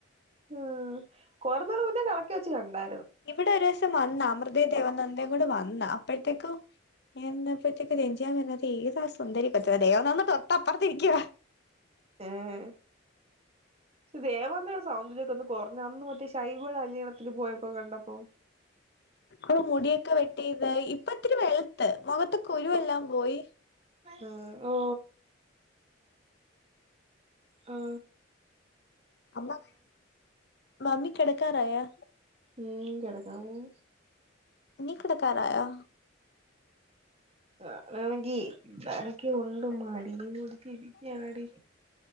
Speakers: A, on the right; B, on the left.
A: ആ കൊറന്നാള് മുന്നേ കടക്കെ വെച്ച് കണ്ടാ
B: ഇവിടെ ഒരീസം വന്ന് അ <unintelligible> നന്ദയും കൂടെ വന്ന അപ്പോഴത്തേക്കും <unintelligible> റേഞ്ചിയാൻ വ ത ഈതാ സുന്ദരിക്കത്ത ദേവന്ദ തൊട്ടപ്പുറത്ത ഇരിക്ക
A: എഏ ദേവന്ന് <unintelligible> കൊറഞ്ഞ അന്ന് മറ്റേ ശഷൈബള് കല്യാണത്തില്ൽ പോയപ്പോ കണ്ടപ്പോ
B: അ മുടിയൊക്കെ വെട്ടിയത് ഇപ്പ ഇത്തിരി വെളുത്ത് മുഖത്തൊക്കെ കുരുെല്ലാം പോയി
A: ആ ഓ ആ
B: അമ്മ മാമി കിടക്കാറായാ
A: മ് കടക്കാൻ പോവും
B: നി കിടക്കാറായോ
A: ആ അതാണെങ്കിൽ ഉണ്ട് മടിയും കൂടിത്തിരിരിക്കടി